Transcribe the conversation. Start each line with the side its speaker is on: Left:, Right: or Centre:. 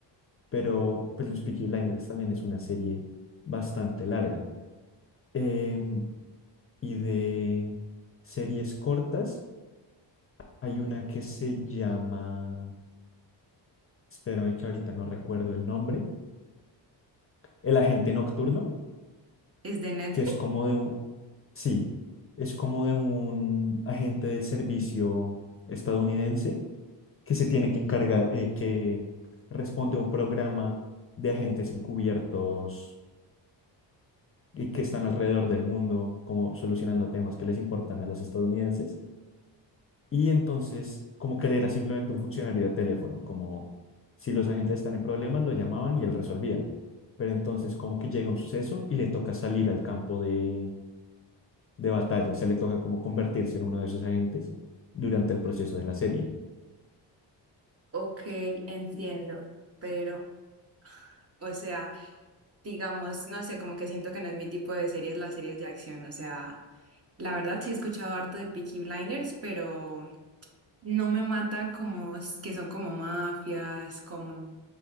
Left: pero pues los Peaky Blinders también es una serie bastante larga. Em, y de series cortas, hay una que se llama, espérame que ahorita no recuerdo el nombre, El Agente Nocturno,
Right: ¿Es de Netflix?
Left: que es como de un, sí, es como de un agente del servicio estadounidense que se tiene que encargar, eh, que responde a un programa de agentes encubiertos y que están alrededor del mundo, como solucionando temas que les importan a los estadounidenses. Y entonces, como que él era simplemente un funcionario de teléfono, como si los agentes están en problemas, lo llamaban y él resolvía. Pero entonces, como que llega un suceso y le toca salir al campo de, de batalla, o sea, le toca como convertirse en uno de esos agentes durante el proceso de la serie.
Right: Ok, entiendo, pero, o sea, digamos, no sé, como que siento que no es mi tipo de series, las series de acción, o sea, la verdad sí he escuchado harto de Peaky Blinders, pero no me matan como s- que son como mafias, como